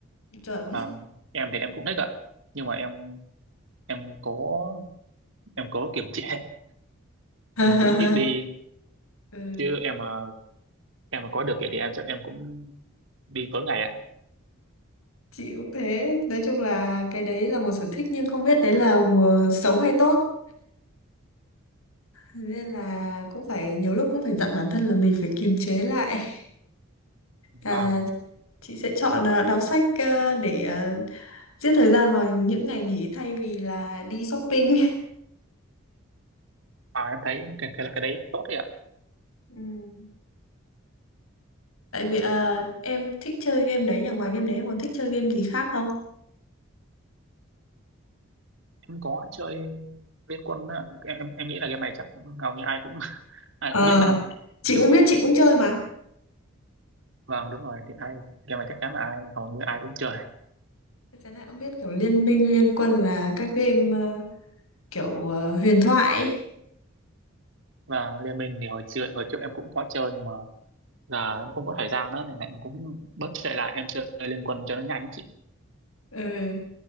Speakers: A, on the left (about 80°); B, on the right (about 60°).
A: chuẩn
B: vâng em thì em cũng thích ạ nhưng mà em em cố em cố kiềm chế
A: <laughs>
B: em cũng ít đi
A: ừ.
B: chứ em mà em mà có được vậy thì em chắc em cũng đi tối ngày ạ
A: chị cũng thế nói chung là cái đấy là một sở thích nhưng không biết đấy là một xấu hay tốt Thế nên là cũng phải nhiều lúc cũng phải dặn bản thân là mình phải kiềm chế lại
B: vào
A: à, chị sẽ chọn à, đọc sách à, để à, giết thời gian vào những ngày nghỉ thay vì là đi shopping <laughs>
B: vào em thấy cái cái cái đấy tốt đấy ạ
A: Ừ. tại vì à, em thích chơi game đấy nhà ngoài game đấy em còn thích chơi game gì khác không
B: em có chơi Liên Quân á, em em em nghĩ là game này chắc hầu như ai cũng <laughs> ai
A: Ờ,
B: cũng biết luôn
A: chị cũng biết chị cũng chơi mà
B: vâng đúng rồi thì ai game này chắc chắn là ai hầu như ai cũng chơi
A: chắc chắn là em biết kiểu liên minh liên quân là các game ờ, kiểu ờ, huyền thoại ấy.
B: và Liên Minh thì hồi xưa hồi trước em cũng có chơi nhưng mà giờ em không có thời gian nữa nên là em cũng bớt chạy lại em chơi Liên Quân cho nó nhanh ấy chị
A: ừ.